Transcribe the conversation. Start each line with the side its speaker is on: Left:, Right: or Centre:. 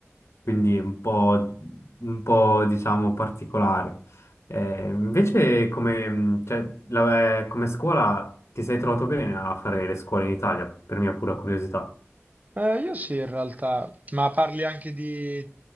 Left: quindi è un po', un po', diciamo particolare. Eh, invece come, mh, cioè, la- eh, come scuola ti sei trovato bene a fare le scuole in Italia, per mia pura curiosità?
Right: Eh, io sì, in realtà, ma parli anche di,